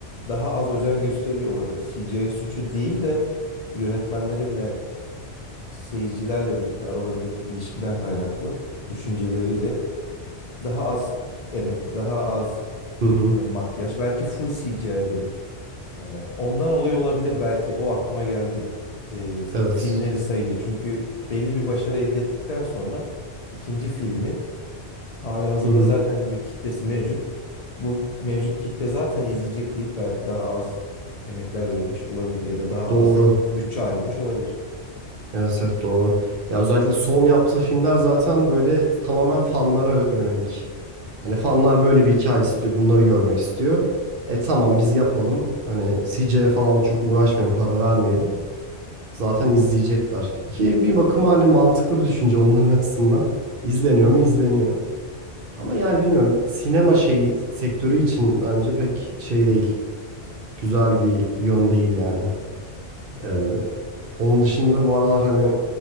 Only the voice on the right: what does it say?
Hı hı.
Evet.
Hı hı.
Doğru.
Evet evet doğru. Ya özellikle son yaptığı filmler zaten böyle tamamen fanlara yönelik. Hani fanlar böyle bir hikaye istiyor. Bunları görmek istiyor. E tamam biz yapalım. Hani CJ'ye falan da çok uğraşmayın, para vermeyelim. Zaten izleyecekler. Ki bir bakıma hani mantıklı bir düşünce onların açısından. İzleniyor mu? İzleniyor. Ama yani bilmiyorum sinema şeyi sektörü için bence pek şey değil. Güzel bir yön değil yani. Ee, onun dışında bu aralar hani